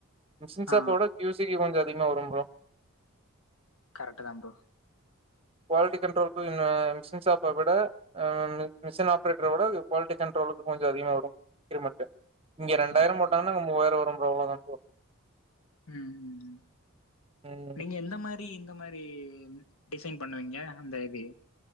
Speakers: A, on the right; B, on the left.
A: மிஷின்சப்போட
B: ஆ
A: கியூசிக்கு கொஞ்ச அதிகமா வரு ப்ரோ
B: கரெக்ட் தா ப்ரோ
A: குவாலிட்டி கண்ட்ரோல்க்கு மிஷின் ஷாப்ப விட ஆ மிஷின் ஆப்ரேட்டரோட குவாலிட்டி கண்ட்ரோலுக்கு கொஞ்ச அதிகமா வரு இன்கிரிமென்ட் இங்க ரெண்டாயிர
B: ஓகே
A: போட்டாங்கன்னா
B: ப்ரோ.
A: அங்க மூவாயிர வரு ப்ரோ அவ்ளோ தா ப்ரோ
B: ம்
A: ம்
B: நீங்க எந்த மாரி இந்த மாரி டிசைன் பண்ணுவீங்க அந்த இது